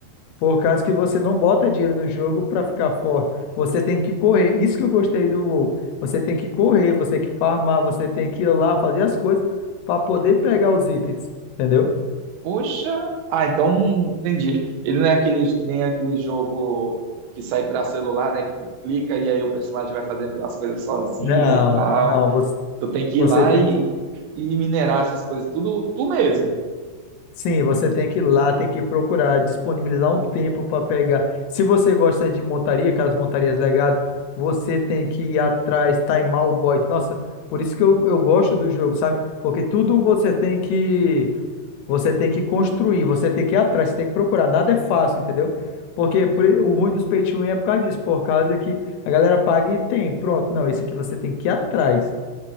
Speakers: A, on the left; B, on the right.
A: Por causa que você não bota dinheiro no jogo pra ficar forte. Você tem que correr. Isso que eu gostei do WoW. Você tem que correr, você tem que farmar, você tem que ir lá fazer as coisas pra poder pegar os itens, entendeu?
B: Poxa, ah, então entendi. Ele não é aqueles que nem aquele jogo que sai pra celular, né? Que tu clica e aí o personagem vai fazendo as coisas sozinho
A: Não,
B: e tal.
A: não, você,
B: Tu tem que
A: você
B: ir lá
A: tem
B: e, e minerar essas coisas, tudo tu mesmo.
A: Sim, você tem que ir lá, tem que procurar, disponibilizar um tempo para pegar. Se você gosta de montaria, aquelas montarias legadas, você tem que ir atrás, timar o boy. Nossa, por isso que eu, eu gosto do jogo, sabe? Porque tudo você tem que você tem que construir, você tem que ir atrás, você tem que procurar. Nada é fácil, entendeu? Porque por- o ruim dos pay to win é por causa disso, por causa que a galera paga e tem. Pronto, não, isso aqui você tem que ir atrás.